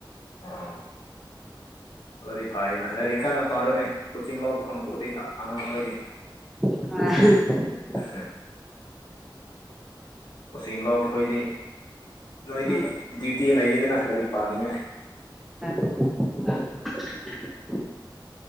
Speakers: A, on the left; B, in the centre.
A: ꯑꫭ ꯑꯗꯨꯗꯤ ꯐꯥꯏꯅ ꯂꯥꯏꯔꯤꯛ ꯀꯥꯟꯟꯅ ꯄꯥꯔꯨꯅꯦ ꯀꯣꯆꯤꯡ ꯂꯧꯕꯒꯨꯝ ꯎꯗꯤ ꯑꯉꯥꯡꯈꯣꯏꯒꯤ
B: ꯑ
A: <unintelligible> ꯎꯁꯤꯡ ꯂꫭꯛꯄꯈꯣꯏꯗꯤ ꯅꯣꯏꯗꯤ
B: ꯎꯝ
A: ꯗ꯭ꯌꯨꯇꯤ ꯂꯩꯌꯦꯗꯅ ꯂꯥꯏꯔꯤꯛ ꯄꯥꯅꯤꯡꯉꯥꯏ
B: <unintelligible>